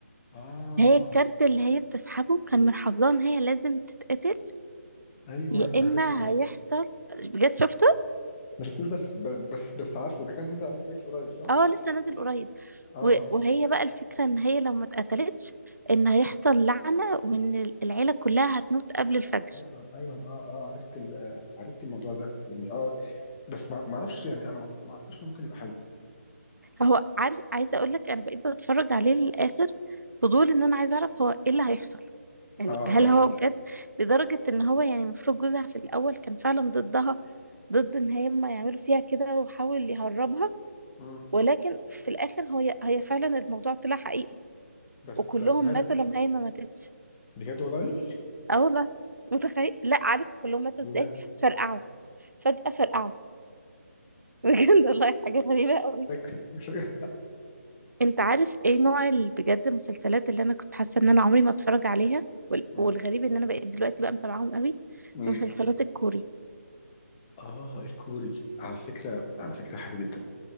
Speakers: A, on the left; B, on the right.
A: اه
B: هي الكارت اللي هي بتسحبه كان من حظها ان هي لازم تتقتل
A: ايوه
B: يا
A: عرفته
B: اما هيحصل بجد شفته
A: ما شفتوش بس ب- بس بس عارفه ده كان نزل على نتفليكس قريب صح؟
B: اه لسه نازل قريب
A: اه
B: و-
A: اه
B: وهي بقى الفكرة ان هي لو ما اتقتلتش ان هيحصل لعنة وان العيلة كلها هتموت قبل الفجر
A: ايوه ايوه اه اه عرفت ال- عرفت الموضوع ده يعني اه بس ما ما اعرفش يعني انا ما ما اعتقدش انه ممكن يبقى حلو
B: هو عارف عايزة اقول لك انا بقيت بتفرج عليه للاخر فضول ان انا عايزة اعرف هو ايه اللي هيحصل يعني
A: اه
B: هل
A: اه
B: هو بجد لدرجة ان هو يعني المفروض جوزها في الاول كان فعلا ضدها ضد ان هم يعملوا فيها كده وحاول يهربها
A: مم.
B: ولكن في الاخر هي هي فعلا الموضوع طلع حقيقي
A: بس
B: وكلهم
A: بس هل
B: ماتوا لما هي ما ماتتش
A: بجد والله
B: اه والله متخيل لا عارف كلهم ماتوا
A: دي
B: ازاي
A: ما-
B: فرقعوا فجأة فرقعوا <laughs> بجد والله حاجة غريبة قوي
A: <laughs> محتاج-
B: انت عارف ايه نوع ال- بجد المسلسلات اللي انا كنت حاسة ان انا عمري ما اتفرج عليها وال-
A: مم.
B: والغريب ان انا بقيت دلوقتي بقى متابعاهم قوي
A: مم.
B: مسلسلات الكوري
A: اه الكوري على فكره على فكره حلو جدا